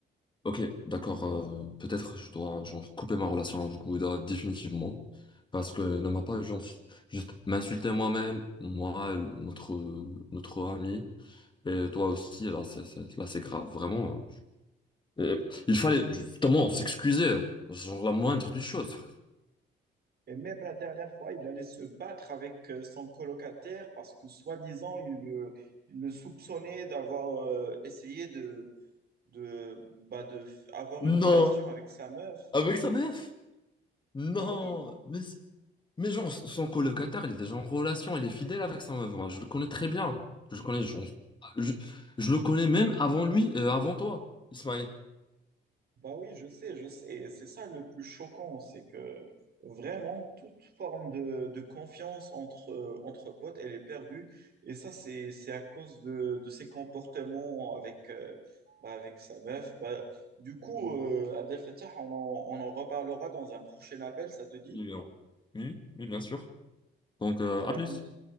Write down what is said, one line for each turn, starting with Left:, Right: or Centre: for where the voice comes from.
Left: ok, d'accord. euh, peut-être je dois genre couper ma relation avec Gouda définitivement parce que ne m'a pas genre, juste m'insulter moi-même, moi, notre notre ami et toi aussi. Là, c'est c'est- là, c'est grave, vraiment. Et il fallait justement s'excuser, genre la moindre des choses, frère.
Right: Et même la dernière fois, il allait se battre avec euh, son colocataire parce que, soi-disant, il le, il le soupçonnait d'avoir euh, essayé de, de, bah, de f- avoir
Left: Non,
Right: une relation avec sa meuf.
Left: avec sa meuf. Non,
Right: Bah oui.
Left: mais, c- mais genre, son son colocataire, il est déjà en relation, il est fidèle avec sa meuf. Moi, je le connais très bien. Je le connais, genre, je, je le connais même avant lui, euh, avant toi, Ismaël.
Right: Bah oui, je sais, je sais. Et C'est ça le plus choquant, c'est que vraiment toute forme de, de confiance entre, euh, entre potes, elle est perdue. Et ça, c'est, c'est à cause de, de ses comportements avec, euh, bah, avec sa meuf. Bah, du coup, euh, Abdel Fattah, on en, on en reparlera dans un prochain appel, ça te dit?
Left: Oui, oui, oui, bien sûr. Donc, euh,
Right: Allez,
Left: à
Right: à
Left: plus.
Right: plus.